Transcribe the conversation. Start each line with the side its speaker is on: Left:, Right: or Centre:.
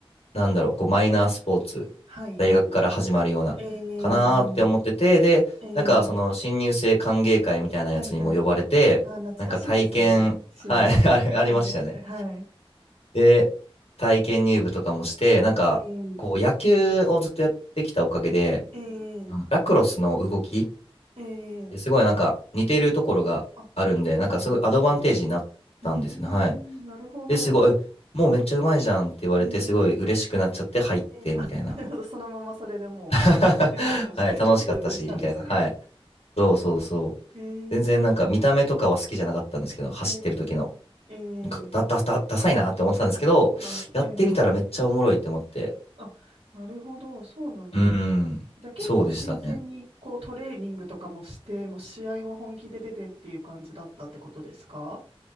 Left: なんだろう、こうマイナースポーツ、
Right: はいはい。
Left: 大学から始まるような、
Right: ええ
Left: かなーって思ってて、で、
Right: ええ
Left: なんかその新入生歓迎会みたいなやつにも呼ばれて、
Right: はいはい。あー、懐かしいですね。
Left: なんか体験、
Right: 心理学者歓迎会。
Left: はい、<laughs> あれありましたよね。
Right: はい。
Left: で、体験入部とかもして、なんか、
Right: え
Left: こう野球をずっとやってきたおかげで、
Right: えええ
Left: あのラクロスの動き、
Right: ええ
Left: すごいなんか似てるところがあるんで、
Right: あ、そうなんですね。
Left: なんかすごいアドバンテージになったんですよね。
Right: うーん、
Left: はい。
Right: なるほど。
Left: で、すごい、えもうめっちゃうまいじゃんって言われて、
Right: ええ
Left: すごい嬉しくなっちゃって入ってみたいな
Right: えー、あ、<laughs> なるほど。そのままそれでもう、
Left: <laughs> はい、
Right: ルーキーとして
Left: 楽しかったし、
Right: <laughs> 入部したんですね。
Left: みたいな。はい。そうそうそう。
Right: えー、
Left: 全然なんか見た目とかは好きじゃなかったんですけど、走ってる時の。
Right: えー、えー、
Left: なんかだ、だ、だ、ダサいなって思ってたんですけど、
Right: そうなんです。
Left: やってみたらめっちゃおもろいって思って。
Right: えー、あ、なるほど。そうなんですね。
Left: うん、うん。
Right: じゃあ結構真剣にこうトレーニングとかもして、
Left: そうでしたね。
Right: もう試合も本気で出てっていう感じだったってことですか